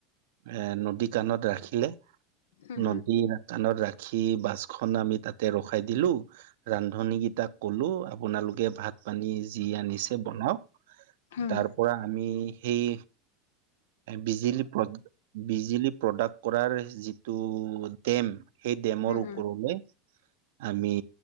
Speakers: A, on the right; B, on the left.
A: এ নদী কাণত ৰাখিলে
B: হুম
A: নদী কাণত ৰাখি সি বাছখন আমি তাতে ৰখাই দিলো ৰান্ধনী কেইটাক কলো আপোনালোকে ভাত পানী যি আনিছে বনাওক
B: হুম
A: তাৰ পৰা আমি সেইয় বিজুলী প্ৰ বিজুলী প্ৰডাক্ট কৰাৰ যিটো ডেম সেই ডেমৰ
B: হুম
A: ওপৰলৈ
B: হুম হুম
A: আমি